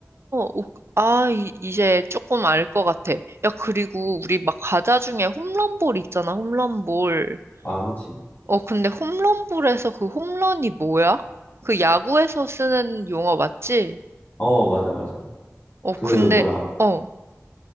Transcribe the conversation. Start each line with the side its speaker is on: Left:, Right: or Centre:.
Right: 오, 아, 이, 이제 조금 알 것 같아. 야, 그리고 우리 막 과자 중에 홈런볼 있잖아, 홈런볼.
Left: 아, 그치.
Right: 어, 근데 홈런볼에서 그 홈런이 뭐야? 그 야구에서 쓰는 용어 맞지?
Left: 어, 맞아, 맞아.
Right: 어,
Left: 그
Right: 근데,
Left: 뭐야,
Right: 어,